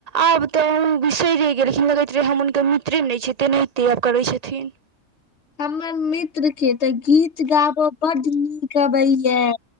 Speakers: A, on the right; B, on the left.
A: आब तऽ ओ बिसैरै गेलखिन, होइत रहै हम हुनकर निक मित्र नै छै तेनाहिते आब करै छथिन।
B: हमर मित्र के तऽ गीत गाबय बड्ड नीक अबैया।